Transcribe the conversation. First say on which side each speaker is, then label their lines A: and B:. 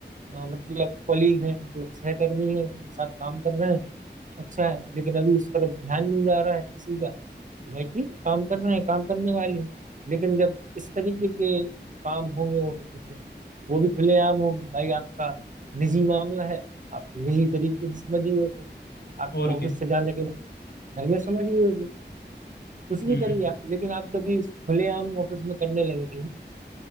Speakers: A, on the right (about 45°); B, on the left (about 60°).
A: अ, मतलब कलीग हैं मतलब सहकर्मी हैं साथ काम कर रहे हैं अच्छा है लेकिन अभी उस तरफ ध्यान नहीं जा रहा है किसी का तो भाई ठीक है काम कर रहे हैं काम करने वाले हैं लेकिन जब इस तरीके के काम होंगे ऑफिस में वो भी खुलेआम होंगे भाई आपका निजी मामला है आप निजी तरीके से समझिए उसे आप
B: और
A: ऑफिस
B: क्या
A: से जाने के बाद घर में समझिए उसे कुछ भी
B: हम्म
A: करिए आप लेकिन आप जब ये खुलेआम ऑफिस में करने लगेंगे